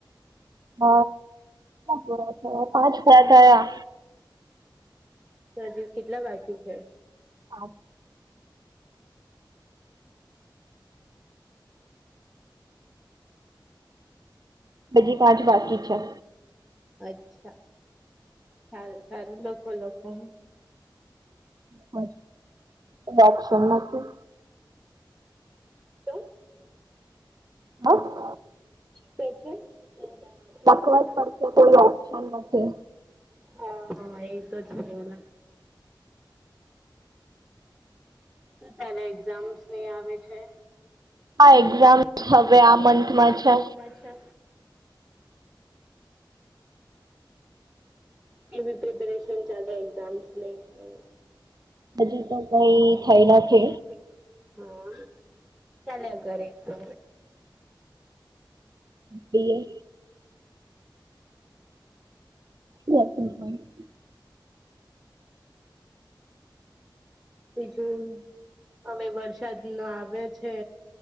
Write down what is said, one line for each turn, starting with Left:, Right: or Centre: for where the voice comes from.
Right: હચ, વરા થયા પાંચ વરા થયા.
Centre: તો હજી કેટલા બાકી છે?
Right: હા. <inaudible> બજી પાંચ બાકી છા.
Centre: અચ્છા, સારું સારું લખો લખો.
Right: મ ડોપશનમાં.
Centre: શમ. <unintelligible>
Right: હા?
Centre: હ શું કેહે છે? તારો અવાજ
Right: દખવત
Centre: નથી થયો.
Right: પડત કોઈ ઓપ્શન નથી.
Centre: હા હા એતો જખ શું ચાલે એક્ઝામ્સ નઈ આવે છે?
Right: હા
Centre: એક્ઝામ
Right: હવે આ મંથમાં
Centre: આ
Right: છે.
Centre: બમાં છે. એ પ્રિપરેશન ચાલે એક્ઝામ્સ નહીં હૈ.
Right: હજુ તો કઈ થયેલા
Centre: થઈ
Right: કે?
Centre: નથી. હા, ચાલે ઘર તો.
Right: હાએ. બ <unintelligible>
Centre: બીજું, હવે વરસાદ નો આવે છે.